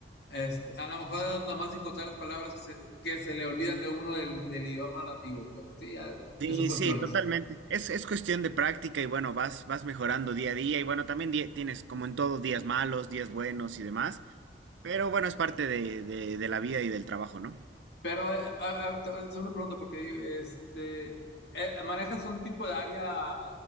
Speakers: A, on the left; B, on the right.
A: Este, a lo mejor nada más encontrar las palabras que se, que se le olvidan de uno del, del idioma nativo, pero sí, ya,
B: Sí,
A: ya son cuestiones.
B: sí, totalmente. Es, es cuestión de práctica y bueno, vas, vas mejorando día a día y bueno, también di- tienes como en todo días malos, días buenos y demás, pero bueno, es parte de, de, de la vida y del trabajo, ¿no?
A: Pero eh, a- a- te voy a hacer una pregunta, porque este, eh, ¿manejas un tipo de área,